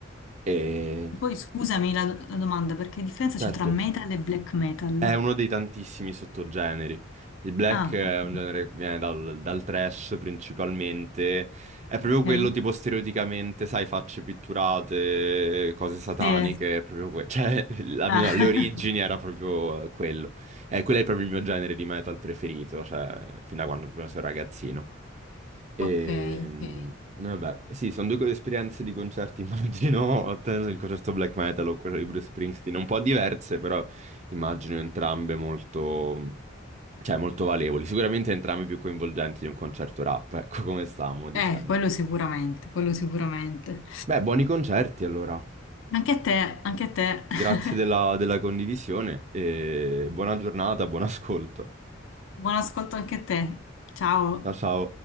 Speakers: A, on the right; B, on the left.
A: E
B: Poi scusami la, la domanda, perché differenza
A: certo.
B: c'è tra metal e black metal?
A: È uno dei tantissimi sottogeneri. Il black
B: Ah,
A: è
B: ok.
A: un genere che viene dal, dal trash principalmente. È proprio
B: Ok.
A: quello tipo stereotipamente, sai, facce pitturate, cose sataniche,
B: Sì,
A: è proprio quello. <laughs> Cioè, l- almeno
B: Ah,
A: alle origini era proprio eh, quello. E quello è proprio il mio genere di metal preferito, cioè, fin da quando proprio sono ragazzino. E,
B: <laughs> ok,
A: mm,
B: ok.
A: vabbè, sì, sono due co- esperienze di concerti, <laughs> immagino, te- il concerto black metal o quello di Bruce Springsteen, un po' diverse, però immagino entrambe molto, cioè, molto valevoli, sicuramente entrambe più coinvolgenti di un concerto rap, ecco come stavamo dicendo.
B: Eh, quello sicuramente, quello sicuramente.
A: Beh, buoni concerti allora,
B: Anche a te, anche a te. <laughs>
A: grazie della della condivisione e buona giornata, buon ascolto.
B: Buon ascolto anche a te. Ciao.
A: Ciao ciao.